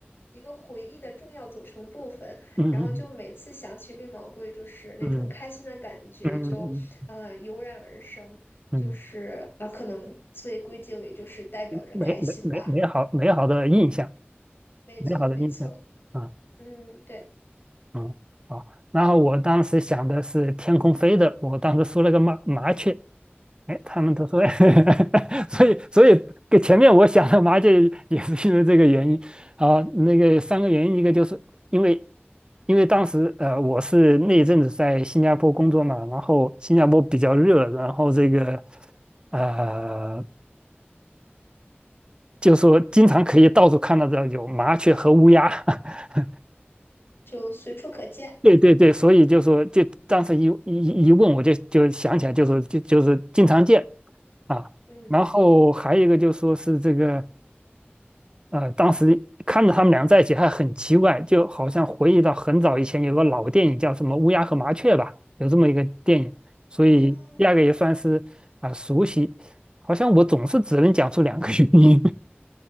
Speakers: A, on the left; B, on the right.
A: 一个回忆的重要组成部分。
B: 嗯
A: 然后就每次想起绿毛龟，就是那种开心的感觉就呃油然而生，
B: 嗯嗯嗯嗯，
A: 就是啊、
B: 嗯
A: 呃可能所以归结为就是代表着开心吧。
B: 美美美美好美好的印象，
A: 没错，
B: 美好的印象啊
A: 没错，嗯，对，
B: 嗯，好。然后我当时想的是天空飞的，我当时说了个麻麻雀，哎，他们都说，<laughs> 所以所以跟前面我想的麻雀也是因为这个原因啊，那个三个原因，一个就是因为因为当时呃我是那一阵子在新加坡工作嘛，然后新加坡比较热，然后这个呃就说经常可以到处看到的有麻雀和乌鸦，<laughs>
A: 就随处可见，
B: 对对对，所以就说，就当时一一一问，我就就想起来，就是就就是经常见啊。
A: 嗯，
B: 然后还有一个就说是这个呃，当时看着他们俩在一起还很奇怪，就好像回忆到很早以前有个老电影叫什么《乌鸦和麻雀》吧，有这么一个电影。所以第二个也算是啊、
A: 哦，
B: 熟悉，好像我总是只能讲出两个原因。